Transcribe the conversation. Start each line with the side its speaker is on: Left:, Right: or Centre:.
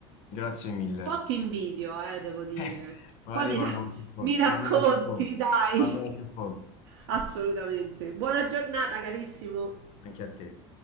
Left: Grazie mille.
Right: Po' ti invidio, eh, devo dire.
Left: Eh, magari
Right: Poi mi ra-
Left: mando qualche foto,
Right: mi racconti,
Left: mando qualche foto,
Right: dai.
Left: mando qualche foto. <laughs>
Right: Assolutamente. Buona giornata, carissimo.
Left: Anche a te.